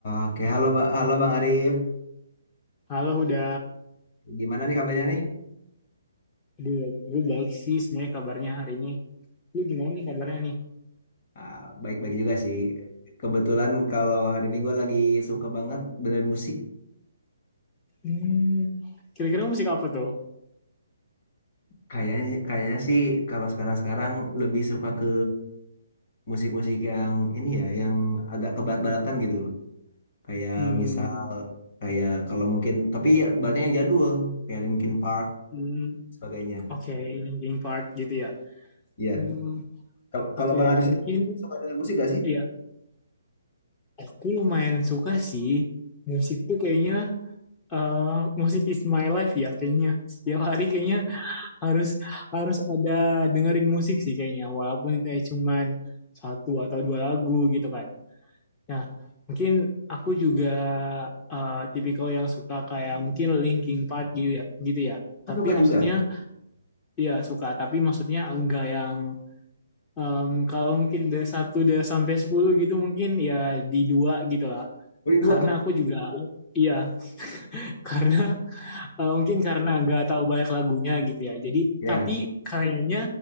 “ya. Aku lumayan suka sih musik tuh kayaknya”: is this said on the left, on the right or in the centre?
Left